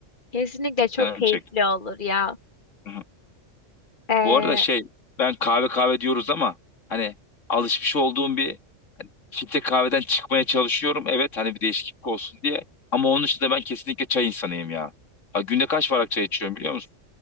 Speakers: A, on the left; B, on the left.
A: Kesinlikle çok
B: Canım
A: keyifli
B: çekti.
A: olur ya.
B: Hı hı.
A: Ee,
B: Bu arada şey ben kahve kahve diyoruz ama hani alışmış olduğum bir filtre kahveden çıkmaya çalışıyorum. Evet hani bir değişiklik olsun diye. Ama onun dışında ben kesinlikle çay insanıyım ya. Ha, günde kaç bardak çay içiyorum biliyor musun?